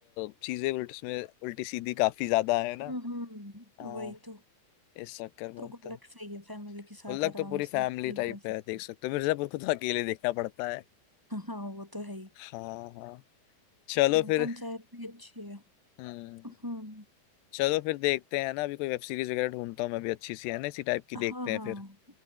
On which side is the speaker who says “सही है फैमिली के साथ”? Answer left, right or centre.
Centre